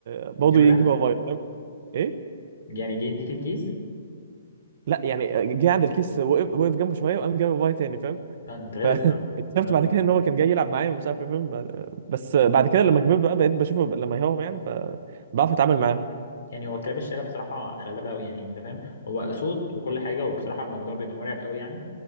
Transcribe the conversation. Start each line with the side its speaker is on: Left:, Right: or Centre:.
Right: ي... برضه
Left: يديهولك
Right: يجري ورايا فاهم؟ ايه
Left: يعني جه يديك الكيس
Right: لا يعني جه عند الكيس وقف وقف جنبه شويه وقام جري ورايا تاني فاهم
Left: آه، انت غلس
Right: فاكتشفت
Left: بقى اه
Right: <laughs> بعد كده ان هو كان جاي يلعب معايا ومش عارف ايه فاهم بعد- بس بعد كده لما كبرت بقى بقيت بشوفه لما يهاهم يعني فبعرف اتعامل معاهم
Left: يعني هو كلاب الشارع بصراحة غلابة قوي يعني انت فاهم هو صوت وكل حاجة وبصراحة الموضوع بيبقى مرعب قوي يعني